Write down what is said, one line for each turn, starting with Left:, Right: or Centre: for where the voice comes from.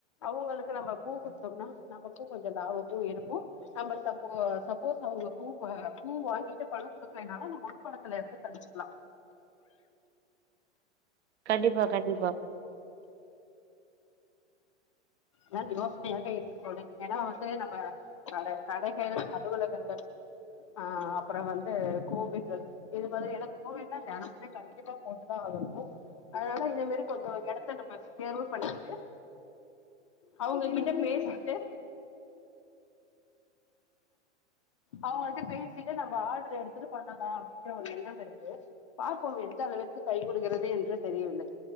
Left: அவுங்களுக்கு நம்ம பூ குடுத்தோம்னா நமக்கு கொஞ்சோ லாபமு இருக்கு நம்ம சப்போ சப்போஸ் அவ்ங்க பூ க பூ வாங்கிட்டு பணோ குடுக்குலேனாலு அந்த முன் பணத்துல இருந்து கழிச்சுக்குலா
Right: கண்டிப்பா கண்டிப்பா <unintelligible>
Left: னால் யோசனையாக இருக்கு தோழி ஏன்னா வந்து நம்ப கட கடைகள் அலுவலகங்கள் அ அப்பறம் வந்து கோவில்கள் இது மாதிரி என்னா கோவில்னா தனமே கண்டிப்பா போட்டுதா ஆகணு அதனால இதே மாரி கொஞ்சோ எடத்த நம்ம பேரு பண்ணிட்டு அவங்க கிட்ட பேசிட்டு அவங்கல்ட பேசிட்டு நம்ப ஆர்டர் எடுத்துட்டு பண்ணலா அப்படிங்கற ஒரு எண்ணம் இருக்கு பாப்போம் எந்த அளவிற்கு கை கொடுகிறது என்று தெரியவில்லை